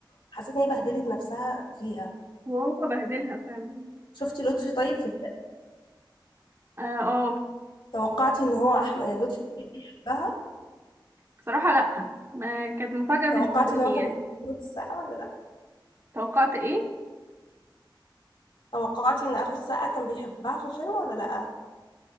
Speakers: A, on the left; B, on the right.
A: حسيت ان هي بهدلت نفسها فيها
B: وهو بهدلها فعلا
A: شفتي لطفي طيب في
B: اه آه،
A: توقعتي ان هو احمد لطفي لبيب بيحبها
B: بصراحة لأ ما كانت مفاجأة بالنسبة
A: توقعتي ان
B: لي
A: هو كان
B: يعني
A: بيحب كرة السقا ولا لا
B: توقعت ايه
A: توقعتي ان اخو السقا كان بيحبها في الفيلم ولا لا